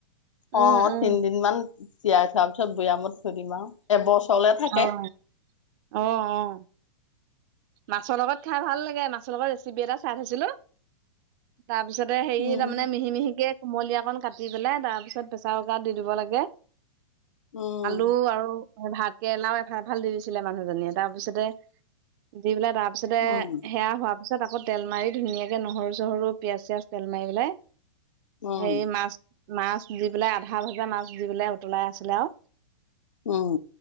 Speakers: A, on the right; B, on the left.
A: উম,
B: অ,
A: উম,
B: তিনিদিন মান তিয়াই থোৱাৰ পিছত বয়ামত থৈ দিম আৰু এবছৰলে থাকে।
A: অ', অ', অ', মাছৰ লগত খাই ভাল লাগে মাছৰ লগত ৰেচিপি এটা চাই থৈছিলো। তাৰপিছতে হেৰি
B: উম
A: তাৰমানে মিহি মিহিকে কুমলীয়া অকণ কাটি পেলাই তাৰ পিছত প্ৰেচাৰ কুকাৰত দি দিব লাগে।
B: উম
A: আলু আৰু ভাত কেৰেলাও এফাল- এফাল দি দিছিলে মানুহজনীয়ে, তাৰপিছতে দি পেলাই টা তাৰপিছতে
B: উম
A: সেয়া হোৱা তাৰপিছত আকৌ তেল মাৰি ধুনীয়াকে নহৰু চহৰু পিয়াজ চিয়াজ তেল মাৰি পেলাই
B: উম
A: হেৰি মাছ- মাছ দি পেলাই আধা ভাজা মাছ দি পেলাই উতলাই আছিলে আৰু।
B: উম